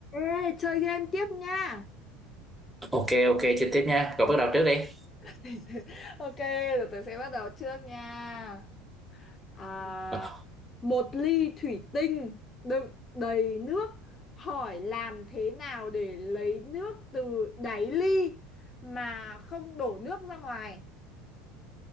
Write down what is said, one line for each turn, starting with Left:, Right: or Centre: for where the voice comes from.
Left: Ê, chơi game tiếp nha.
Centre: Ok ok chơi tiếp nha. Cậu bắt đầu trước đi.
Left: <laughs> Ok, rồi tớ sẽ bắt đầu trước nha. À,
Centre: Ờ,
Left: một ly thủy tinh đựng đầy nước. Hỏi làm thế nào để lấy nước từ đáy ly mà không đổ nước ra ngoài?